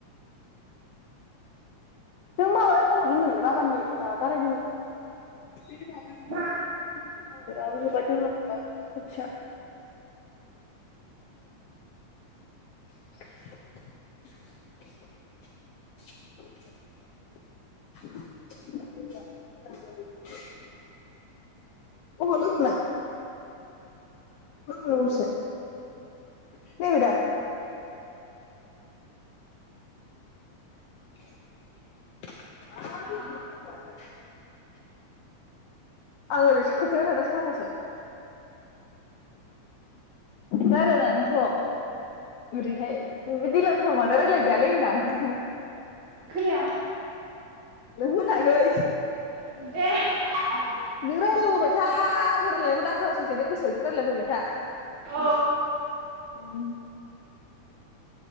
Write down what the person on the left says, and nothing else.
नों माबायाव हबरदों नोंलै बाबानि माबा गारायनि मुलिखौ जोब्बाय
दालाब जोबबाय आथिंया <unintelligible> <inaudible> <inaudible> अबाव लोगो मोना <unintelligible> नैबेदा। <unintelligible>
आं ओरैसो खोथायखादों साथासो रायज्लायनानैथ। ओरैहाय दिल समाव मानो रायलायजायालै होनदां ओंखायनो।
ओहो। नाखै
नों रायजलायबोबाय था जों रायजलायनायाखौ दाखोनासंसै नों गोसोबायदि रायजलायबोबाय था।
उम